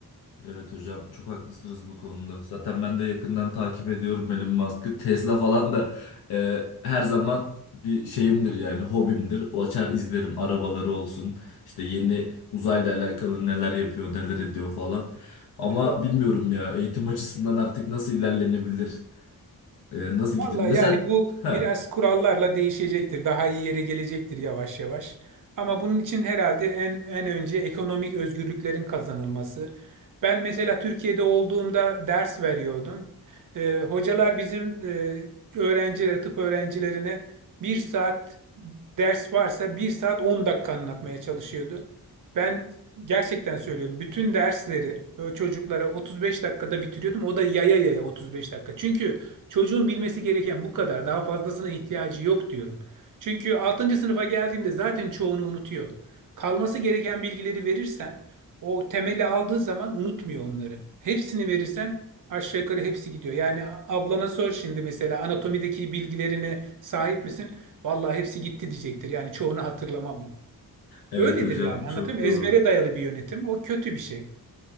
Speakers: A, on the left (about 75°); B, on the right (about 55°).
A: Evet hocam çok haklısınız bu konuda. Zaten ben de yakından takip ediyorum Elon Musk'ı. Tesla falan da e, her zaman bir şeyimdir yani hobimdir. O açar izlerim arabaları olsun. İşte yeni uzayla alakalı neler yapıyor neler ediyor falan. Ama
B: Evet.
A: bilmiyorum ya eğitim açısından artık nasıl ilerlenebilir? E, nasıl
B: Vallahi
A: gidin? Mesela
B: yani bu
A: <laughs> ha,
B: biraz kurallarla değişecektir. Daha iyi yere gelecektir yavaş yavaş. Ama bunun için herhalde en en önce ekonomik özgürlüklerin kazanılması. Ben mesela Türkiye'de olduğumda ders veriyordum. Ee, hocalar bizim e, öğrencilere, tıp öğrencilerine bir saat ders varsa bir saat 10 dakika anlatmaya çalışıyordu. Ben gerçekten söylüyorum. Bütün dersleri e, çocuklara 35 dakikada bitiriyordum. O da yaya yaya 35 dakika. Çünkü Çocuğun bilmesi gereken bu kadar. Daha fazlasına ihtiyacı yok diyorum. Çünkü altıncı sınıfa geldiğinde zaten çoğunu unutuyor. Kalması gereken bilgileri verirsen o temeli aldığı zaman unutmuyor onları. Hepsini verirsen aşağı yukarı hepsi gidiyor. Yani ablana sor şimdi mesela anatomideki bilgilerine sahip misin? Vallahi hepsi gitti diyecektir. Yani çoğunu hatırlamam.
A: evet
B: Öyledir
A: hocam
B: yani
A: çok
B: anlatayım. mı?
A: doğru.
B: Ezbere dayalı bir yönetim. O kötü bir şey.